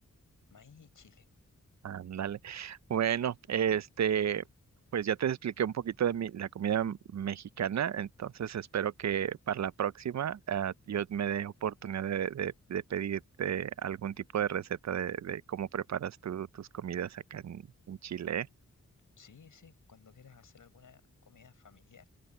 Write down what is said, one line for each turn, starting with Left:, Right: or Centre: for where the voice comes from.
Left: maíz y chile.
Right: Ándale. Bueno, este, pues ya te expliqué un poquito de mi, la comida mexicana, entonces espero que para la próxima ah, yo me dé oportunidad de, de- de pedirte algún tipo de receta de, de cómo preparas tú tus comidas acá en, en Chile. ¿eh?
Left: Sí, sí, cuando quieras hacer alguna comida familiar,